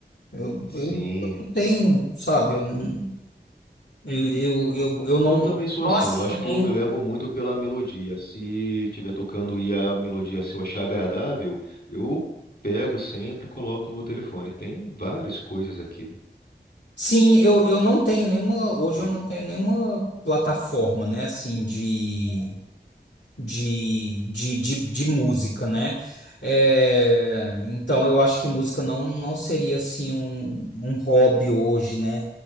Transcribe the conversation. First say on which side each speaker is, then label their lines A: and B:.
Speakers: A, on the left; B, on the left.
A: eu,
B: Sim.
A: eu não tenho, sabe, eu, não- eu, eu, eu, eu não,
B: Eu também sou assim,
A: não assino
B: eu acho que eu me levo muito pela melodia. Se estiver tocando e a melodia, se eu achar agradável, eu pego sempre e coloco no meu telefone. Tem várias coisas aqui.
A: Sim, eu, eu não tenho nenhuma. Hoje
B: que
A: eu
B: ele-
A: não tenho nenhuma plataforma, né? Assim, de, de, de, de, de música, né? É, então eu acho que música não, não seria assim um, um hobby hoje, né?